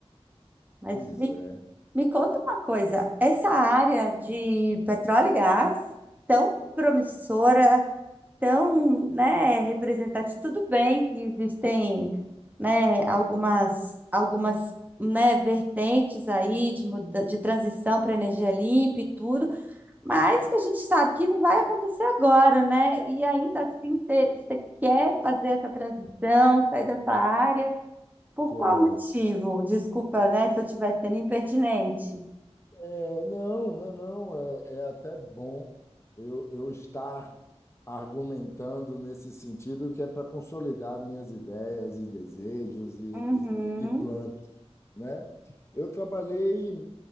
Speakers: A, on the right; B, on the left.
A: Mas
B: Pois
A: me,
B: é,
A: me conta uma coisa, essa área de petróleo e gás, tão promissora, tão, né, representativo. Tudo bem que existem, né, algumas, algumas, né, vertentes aí de, muda- de transição para energia limpa e tudo, mas que a gente sabe que não vai acontecer agora, né? E ainda assim você você quer fazer essa transição, sair dessa área, por
B: quero.
A: qual motivo? Desculpa, né, se eu estiver sendo impertinente.
B: É, não, não, não, é, é até bom eu, eu estar argumentando nesse sentido que é para consolidar minhas ideias e desejos e,
A: Uhum,
B: e, e planos, né? Eu trabalhei,